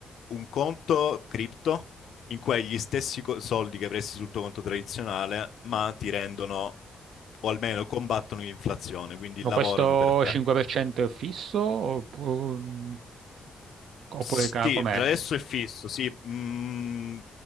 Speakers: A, on the left; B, on the right.
A: un conto cripto in cui hai gli stessi co- soldi che avresti sul tuo conto tradizionale, ma ti rendono, o almeno combattono l'inflazione, quindi
B: Ma
A: lavorano
B: questo
A: per te.
B: 5% è fisso oppu- oppure,
A: Sì,
B: ca- com'è?
A: per adesso è fisso, sì. Mm,